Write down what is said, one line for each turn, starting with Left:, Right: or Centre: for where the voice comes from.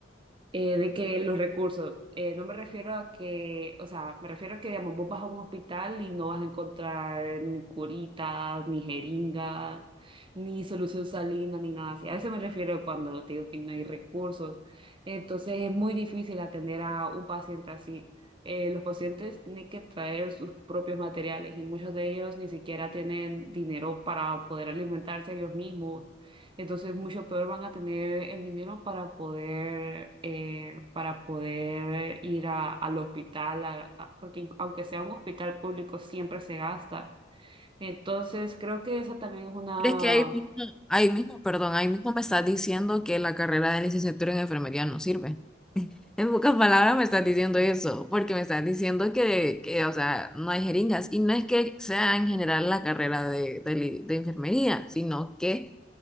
Right: eh, de que los recursos, eh, no me refiero a que, o sea, me refiero a que, digamos, vos vas a un hospital y no vas a encontrar ni curitas, ni jeringas, ni solución salina, ni nada así. A eso me refiero cuando te digo que no hay recursos. Entonces es muy difícil atender a un paciente así. Eh, los pacientes tienen que traer sus propios materiales y muchos de ellos ni siquiera tienen dinero para poder alimentarse ellos mismos entonces, mucho peor van a tener el dinero para poder, eh, para poder ir a- al hospital, a- a- porque aunque sea un hospital público, siempre se gasta. Entonces, creo que esa también es una
Centre: ¿Crees que ahí mismo, ahí mismo, perdón, ahí mismo me estás diciendo que la carrera de licenciatura en enfermería no sirve? En pocas palabras me estás diciendo eso, porque me estás diciendo que, que, o sea, no hay jeringas. Y no es que sea en general la carrera de de li- de enfermería, sino que